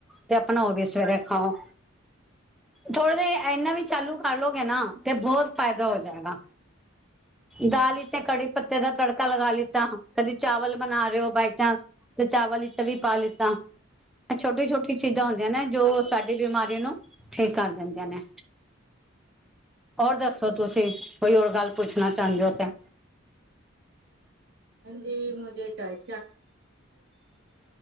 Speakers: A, in the centre; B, on the right.
A: ਤੇ ਅਪਨਾ ਓ ਵੀ ਸਵੇਰੇ ਖਾਓ। ਥੋੜੇ ਜੇ ਐਨਾਂ ਵੀ ਚਾਲੂ ਕਰ ਲੋਗੇ ਨਾ ਤੇ ਬੋਤ ਫ਼ਾਇਦਾ ਹੋ ਜਾਏਗਾ। ਦਾਲ ਇੱਚ ਐ ਕੜੀ ਪੱਤੇ ਦਾ ਤੜਕਾ ਲਗਾ ਲਿੱਤਾ, ਕਦੀ ਚਾਵਲ ਬਨਾ ਰੇ ਓ ਬਾਏ ਚਾਂਸ ਤੇ ਚਾਵਲ ਵਿੱਚ ਵੀ ਪਾ ਲਿੱਤਾ। ਐ ਛੋਟੀ-ਛੋਟੀ ਚੀਜਾਂ ਹੁੰਦੀਆਂ ਨੇ ਜੋ ਸਾਡੀ ਬਿਮਾਰੀ ਨੂੰ ਠੀਕ ਕਰ ਦਿੰਦੀਆਂ ਨੇ। ਔਰ ਦੱਸੋ ਤੁਸੀਂ, ਕੋਈ ਹੋਰ ਗੱਲ ਪੁੱਛਨਾ ਚਾਂਦੇ ਓ ਤਾਂ?
B: ਆਉਂਦੀ ਮੁੜਕੇ ਟਾਈਟ